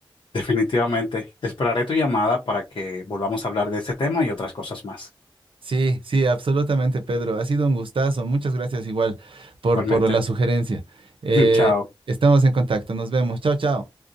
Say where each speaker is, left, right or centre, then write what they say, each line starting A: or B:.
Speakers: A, on the left; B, on the right.
A: Definitivamente. Esperaré tu llamada para que volvamos a hablar de este tema y otras cosas más.
B: Sí, sí, absolutamente, Pedro. Ha sido un gustazo. Muchas gracias igual por,
A: Igualmente.
B: por la sugerencia. Eh,
A: <laughs> Chao.
B: estamos en contacto. Nos vemos. Chao, chao.